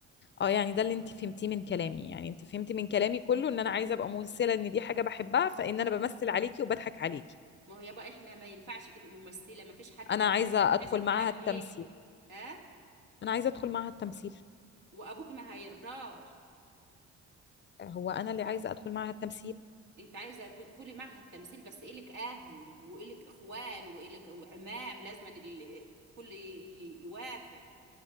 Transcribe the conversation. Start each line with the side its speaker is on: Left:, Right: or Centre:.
Left: اه يعني ده اللي انت فهمتيه من كلامي يعني انت فهمتي من كلامي كله ان انا عايزه ابقى ممثله ان دي حاجه بحبها فان انا بمثل عليكي وبضحك عليكي
Right: ما هو يابا احنا ما ينفعش تبقي ممثلة ما فيش حد
Left: انا
Right: في العالم
Left: عايزه
Right: ما عندناش
Left: ادخل
Right: الكلام
Left: معاها التمثيل
Right: ده ها
Left: انا عايزه ادخل معاها التمثيل
Right: وابوك ما هيرضاش
Left: هو انا اللي عايزه
Right: هت...
Left: ادخل معاها التمثيل
Right: انت عايزه تدخلي معهد تمثيل بس الك اهل والك اخوان والك وعمام لازم الكل ي- ي- يوافق